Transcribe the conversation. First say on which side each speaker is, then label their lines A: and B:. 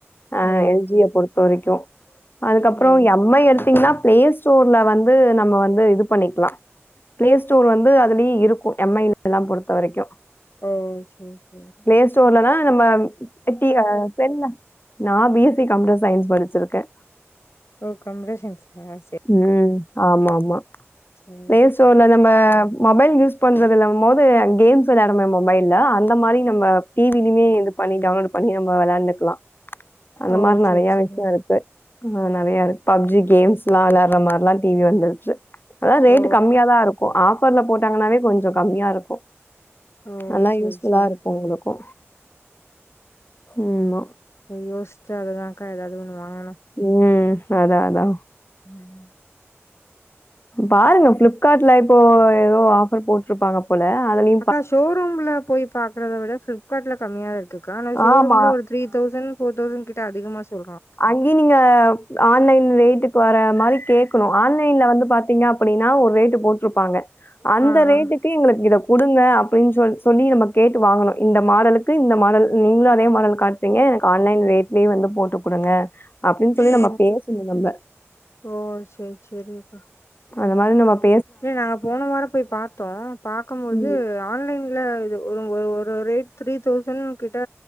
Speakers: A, on the left (about 50°); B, on the left (about 65°).
A: அ
B: ஓ
A: எல் ஜி ய பொறுத்த வரைக்கு அதுக்கப்றோ
B: ஓ
A: எம் ஐ எடுத்திங்னா பிளே ஸ்டோர்ல வந்து நம்ம வந்து இது பண்ணிக்கலா பிளே ஸ்டோர் வந்து அதுலயே இருக்கு எம் ஐ எல்லா பொறுத்த வரைக்கு
B: ஓ சேரி சேரி
A: பிளே ஸ்டோர்லலா நம்ம எட்டி ஆ தெர்ல நா B S C computer science படிச்சிருக்கே
B: ஓ கம்யூடர் சயின்ஸ்கா செரி
A: ம் ஆமா ஆமா
B: சேரிக்கா
A: ப்ளே ஸ்டோர்ல தா நம்ம மொபைல் யூஸ் பண்றதுல்லேங்கம்போது கேம்ஸ் வெளாடுமே மொபைல்ல அந் அந்த மாரி நம்ம டி வி லுமே இது பண்ணி டவுன்லோட் பண்ணி நம்ம வெளாண்டுக்கலா அந்த
B: ஓ
A: மாரி
B: சேரி
A: நெறையா
B: சேரி
A: விஷயோ இருக்கு ஏ கு நெறையா இருக்கு பப்ஜி கேம்ஸ்லா வெளாடுற மாரிலா டி வி வந்துருச்சு அதா ரேட்
B: ஓ
A: கம்மியாதா இருக்கு ஆஃபர்ல போட்டாங்கனாவே கொஞ்சோ கம்மியா இருக்கு
B: ஓ
A: நல்லா
B: சேரி
A: யூஸ்ஃபுல்லா
B: சேரி
A: இருக்கு உங்களுக்கு ம் மா
B: செரி யோசிச்சு அததாக்கா ஏதாவது ஒன்னு வாங்கணு
A: ங்ய அதா அதா
B: ம்
A: பாருங்க ஃப்ளிப்கார்ட்ல இப்போ ஏதோ ஆஃபர் போட்ருப்பாங்க போல அத நீ
B: அக்கா ஷோரூம்ல போய்ப் பாக்றதவிட ஃபிளிப்கார்ட்ல கம்மியா இருக்கு கா ஆன ஷோரூம்ல
A: ஆமா
B: ஒரு த்ரீ தௌசண்ட் ஃபோர் தௌசண்ட் கிட் அதிகமா சொல்றா
A: அங்கயு நீங்க ஆன்லைன் ரேட்டுக்கு வர மாதிரி கேட்கணு ஆன்லைன்ல வந்து பாத்தீங்க அப் அப்டின்னா ஒரு ரேட்டு போட்ருப்பாங்க அந்த
B: ஆ
A: ரேட்டுக்கு
B: ஆ
A: கே எங்களுக்கு இத குடுங்க அப்டின்னு சொ சொல்லி நம்ம கேட்டு வாங்கணு இந்த மாடலுக்கு இந்த மாடல் நீங்களு அதே மாடல காட் றீங்க எனக்கு ஆன்லைன் ரேட்லயே வந்து போட்டு குடுங்க அப்டின்னு சொல்லி
B: ஓ
A: நம்ம பேசணும நம்ம
B: ஓ சேரி சேரி அக்கா
A: அந்த மாரி நம்பப்
B: இல்ல நாங்க போன வாரோ போய் பாத்தோ பாக்கபோது
A: ம்
B: ஆன்லைன்ல இது ஒரு ஒரு ஒரு ரேட் த்ரீ தௌசண்ட் கிட்ட